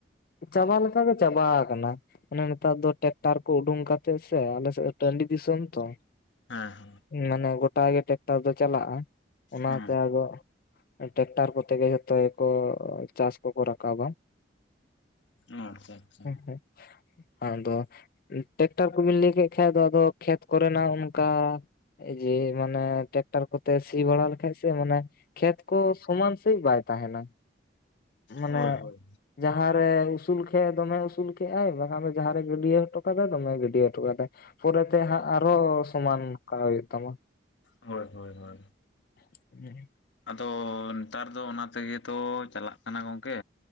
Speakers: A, on the left; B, on the left.
A: ᱪᱟᱵᱟ ᱞᱮᱠᱟ ᱜᱮ ᱪᱟᱵᱟ ᱟᱠᱟᱱᱟ᱾ ᱟᱱᱮ ᱱᱮᱛᱟᱨ ᱫᱚ ᱴᱨᱮᱠᱴᱟᱨ ᱠᱚ ᱩᱰᱩᱝ ᱠᱟᱛᱮᱜ ᱥᱮ ᱟᱞᱮᱥᱮᱫ ᱫᱚ ᱴᱟᱺᱰᱤ ᱫᱤᱥᱚᱢ ᱛᱚ
B: ᱦᱮᱸ
A: ᱢᱟᱱᱮ ᱜᱚᱴᱟᱜᱮ ᱴᱨᱮᱠᱴᱟᱨ ᱫᱚ ᱪᱟᱞᱟᱜᱼᱟ ᱚᱱᱟᱛᱮ
B: ᱦᱮᱸ
A: ᱟᱫᱚ ᱴᱨᱮᱠᱴᱟᱨ ᱠᱚᱛᱮ ᱜᱮ ᱡᱷᱚᱛᱚ ᱜᱮᱠᱚ ᱪᱟᱥ ᱠᱚᱠᱚ ᱨᱟᱠᱟᱵᱟ᱾
B: ᱚ ᱟᱪᱪᱷᱟ ᱟᱪᱪᱷᱟ
A: ᱦᱮᱸ ᱥᱮ᱾ ᱟᱫᱚ ᱴᱮᱠᱴᱟᱨ ᱠᱚᱵᱤᱱ ᱞᱟᱹᱭ ᱠᱮᱫ ᱠᱷᱟᱡ ᱫᱚ ᱟᱫᱚ ᱠᱷᱮᱛ ᱠᱚᱨᱮᱱᱟᱜ ᱚᱱᱠᱟ ᱮ ᱡᱮ ᱢᱟᱱᱮ ᱴᱮᱠᱴᱟᱨ ᱠᱚᱛᱮ ᱥᱤ ᱵᱟᱲᱟ ᱞᱮᱠᱷᱟᱡ ᱥᱮ ᱢᱟᱱᱮ ᱠᱷᱮᱛ ᱠᱚ ᱥᱚᱢᱟᱱ ᱥᱟᱹᱦᱤᱡ ᱵᱟᱭ ᱛᱟᱦᱮᱸᱱᱟ᱾ ᱢᱟᱱᱮ
B: ᱦᱳᱭ ᱦᱳᱭ
A: ᱡᱟᱦᱟᱸᱨᱮ ᱩᱥᱩᱞ ᱠᱷᱮᱛ ᱫᱚᱢᱮ ᱩᱥᱩᱞ ᱠᱮᱜ-ᱟᱭ ᱵᱟᱠᱷᱟᱱ ᱫᱚ ᱡᱟᱦᱟᱸᱨᱮ ᱜᱟᱹᱰᱤᱭᱟᱹ ᱦᱚᱴᱩ ᱠᱟᱫᱟᱭ ᱫᱚᱢᱮ ᱜᱟᱹᱰᱤᱭᱟᱹ ᱦᱚᱴᱩ ᱠᱟᱫᱟᱭ᱾ ᱯᱚᱨᱮᱛᱮ ᱦᱟᱸᱜ ᱟᱨᱦᱚ ᱥᱚᱢᱟᱱ ᱠᱟᱜ ᱦᱩᱭᱩᱜ ᱛᱟᱢᱟ᱾
B: ᱦᱳᱭ ᱦᱳᱭ ᱦᱳᱭ᱾
A: <unintelligible>
B: ᱟᱫᱚ ᱱᱮᱛᱟᱨ ᱫᱚ ᱚᱱᱟ ᱛᱮᱜᱮ ᱛᱚ ᱪᱟᱞᱟᱜ ᱠᱟᱱᱟ ᱜᱚᱢᱠᱮ